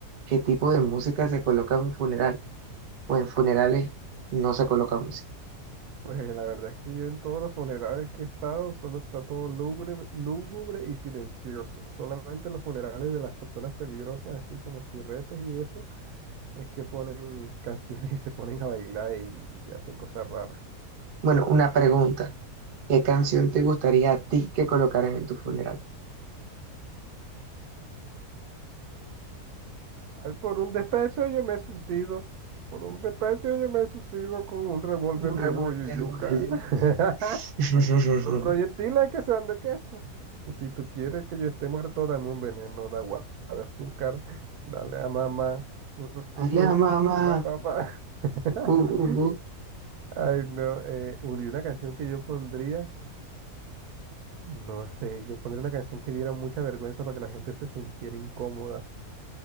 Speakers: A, on the right; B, on the right.
A: ¿qué tipo de música se coloca en un funeral? O en funerales no se coloca música.
B: Pues la verdad es que yo en todos los funerales que he estado solo está todo lúgubre, lúgubre y silencioso. Solamente los funerales de las personas peligrosas, así como chirretes y eso, es que ponen <laughs> canciones y se ponen a bailar y y hacen cosas raras.
A: Bueno, una pregunta. ¿Qué canción te gustaría a ti que colocaran en tu funeral?
B: Ay, por un desprecio yo me suicido. Por un desprecio yo me suicido con un revólver
A: Un
B: de
A: revolteo
B: bollo y yuca.
A: de
B: <laughs>
A: yuca. <laughs>
B: Los proyectiles que sean de queso. Y si tú quieres que yo esté muerto, dame un veneno de agua, de azúcar. Dale a mamá. Mm, mm,
A: Hola
B: mm, mm.
A: mamá.
B: Dale a papá. <laughs>
A: Uh, uh, uh.
B: Ay, no. Eh, un- y una canción que yo pondría, no sé, yo pondría una canción que diera mucha vergüenza para que la gente se sintiera incómoda.